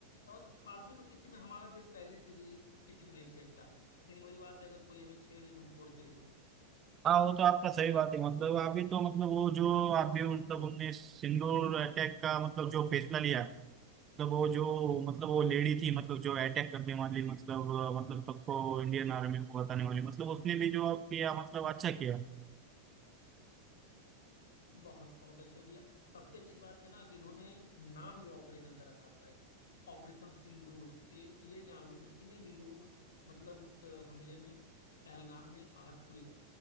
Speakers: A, on the left; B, on the right.
A: और फालतू तो किसी में हमारा देश पहले से भी किसी को नहीं छेड़ता है लेकिन वही बात है अगर कोई हमें छेड़ दे तो हम छोड़ते भी नहीं
B: हाँ वो तो आपका सही बात है मतलब अभी तो मतलब वो जो अभी मतलब उनने सिंदूर अटैक का मतलब जो फैसला लिया मतलब वो जो मतलब वो लेडी थी मतलब जो अटैक करने वाली मतलब मतलब सबको इंडियन आर्मी को बताने वाली मतलब उसने भी जो किया मतलब अच्छा किया
A: बहुत बहुत अच्छा किया सबसे अच्छी बात है ना कि इन्होंने नाम जो ऑपरेशन का रखा था भाई ऑपरेशन सिंदूर ये ये जान लो जितने भी लोग मतलब उस हमले में पहलगाम में आहत हुए